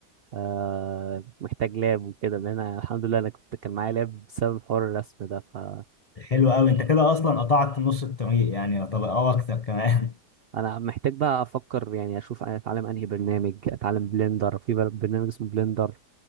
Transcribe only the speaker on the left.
حلو قوي انت كده اصلا قطعت نص الطريق يعني طب او اكتر كمان